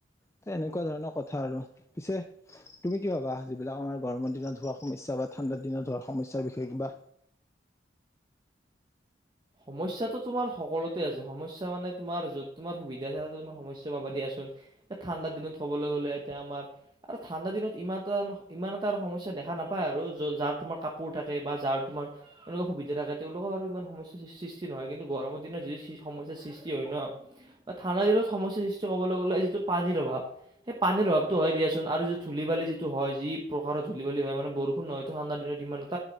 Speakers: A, on the left; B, on the right.
A: ত, এনেকুৱা ধৰণৰ কথা আৰু পিছে তুমি কি ভাবা যিবিলাক আমাৰ গৰমৰ দিনত হোৱা সমস্যা বা ঠাণ্ডাৰ দিনত হৰা সমস্যাৰ বিষয়ে কিবা।
B: সমস্যাতটো তোমাৰ সকলোতে আছে সমস্যা মানে তোমাৰ যত তোমাৰ সুধা তোমাৰ সমস্যা পাবা দিয়াচোন। এ, ঠাণ্ডাৰ দিনত কবলৈ গলে এতিয়া আমাৰ আৰু ঠাণ্ডা দিনত ইমান এটা- ইমান এটা আৰু সমস্যা দেখা নাপায় আৰু য যাৰ তোমাৰ কাপোৰ থাকে বা যাৰ তোমাৰ এনেকুৱা সুবিধা থাকে তেওলোকক আৰু ইমান সমস্যা সৃষ্টি নহয় কিন্তু গৰমৰ দিনত যদি সমস্যাৰ সৃষ্টি হয় ন। বা থানা দিলত সমস্যাৰ সৃষ্টি ক'বলৈ গ'লে যিটো পানীৰ অভাৱ। সেই পানীৰ অভাৱতটো হয় দিয়াচোন আৰু যিটো ধূলি বালি যিটো হয় যি প্ৰকাৰৰ ধূল বালি হয় মে বষুণ ন হয়তটো ঠাণ্ডািনত।